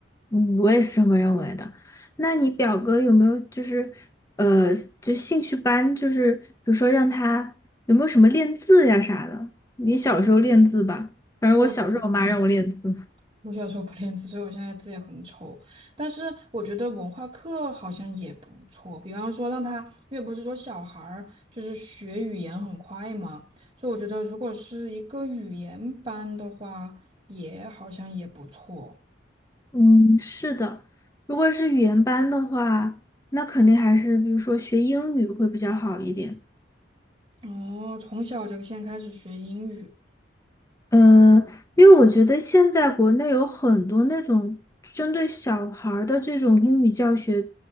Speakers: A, on the left; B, on the right.
A: 嗯，我也是这么认为的。那你表哥有没有就是呃，就兴趣班，就是比如说让他有没有什么练字呀啥的？你小时候练字吧，反正我小时候我妈让我练字。
B: 我我不练，
A: <laughs>
B: 我小时候不练字，所以我现在字也很丑。但是我觉得文化课好像也不错，比方说让他，因为不是说小孩儿就是学语言很快嘛，所以我觉得如果是一个语言班的话，也好像也不错。
A: 嗯，是的，如果是语言班的话，那肯定还是比如说学英语会比较好一点。
B: 哦，从小就先开始学英语。
A: 嗯，呃因为我觉得现在国内有很多那种针对小孩儿的这种英语教学，